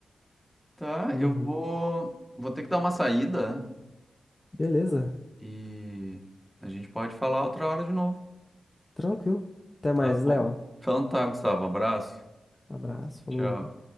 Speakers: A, in the centre; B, on the left.
A: Tá,
B: Uhum.
A: eu vou, vou ter que dar uma saída
B: Beleza,
A: e a gente pode falar outra hora de novo.
B: tranquilo. Até mais,
A: Tá
B: Léo.
A: bom? Então tá, Gustavo, um abraço.
B: Abraço, falou.
A: Tchau.